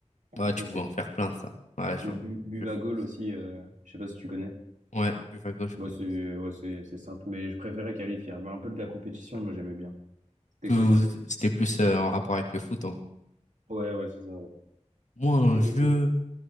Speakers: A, on the left (about 75°); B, on the right (about 85°).
A: Ouais,
B: Ah, ça,
A: tu pouvais
B: c'est,
A: en faire plein de ça. Ouais, j'en-
B: ou bu, Buvagoal
A: je joue aussi.
B: aussi, euh, je sais pas si tu connais.
A: Ouais, Buff à gauche je connais
B: Bon, c'est
A: aussi.
B: ouais, c'est c'est simple, mais je préférais qualifier. Il y avait un peu de la compétition,
A: Ouais.
B: mais j'aimais bien. C'était
A: Tout,
B: quoi, toi?
A: c'était plus euh, en rapport avec le foot, en gros.
B: Ouais, ouais, c'est ça, ouais.
A: Moi, un
B: Et toi,
A: jeu,
B: c'est quoi?